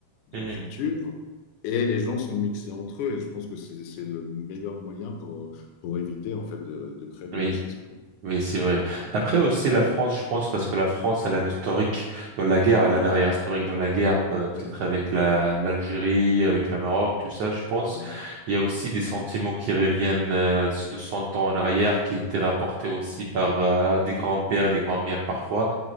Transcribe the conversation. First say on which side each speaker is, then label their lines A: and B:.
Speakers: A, on the left; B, on the right.
A: de
B: hmm.
A: culture et les gens sont mixés entre eux. Et je pense que c'est c'est le meilleur moyen pour, pour éviter en fait de, de créer du
B: oui
A: racisme. quoi.
B: Oui, c'est vrai. Après aussi la France, je pense, parce que la France, elle a un historique dans la guerre, elle a un arrière historique dans la guerre, pe- peut-être
A: Oui,
B: avec la l'Algérie, avec le Maroc, tout ça, je pense.
A: oui.
B: Il y a aussi des sentiments qui reviennent euh, de 100 ans en arrière, qui étaient rapportés aussi par euh, des grands-pères, des grands-mères parfois.